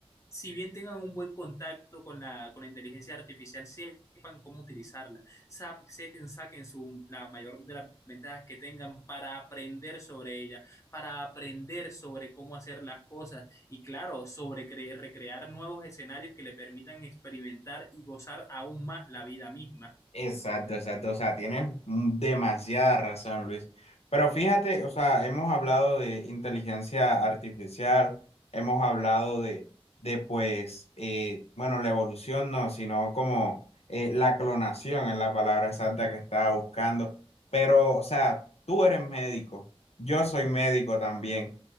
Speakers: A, on the left; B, on the left.
A: si bien tengan un buen contacto con la, con la inteligencia artificial, sepan cómo utilizarla, Sap- saquen, saquen su, la mayor de las ventajas que tengan para aprender sobre ella, para aprender sobre cómo hacer las cosas y claro, sobre cre- recrear nuevos escenarios que le permitan experimentar y gozar aún más la vida misma,
B: Exacto, exacto. O sea, tienes mm, demasiada razón, Luis. Pero fíjate, o sea, hemos hablado de inteligencia artificial, hemos hablado de, de pues, eh, bueno, la evolución no, sino como eh, la clonación es la palabra exacta que estaba buscando. Pero, o sea, tú eres médico, yo soy médico también.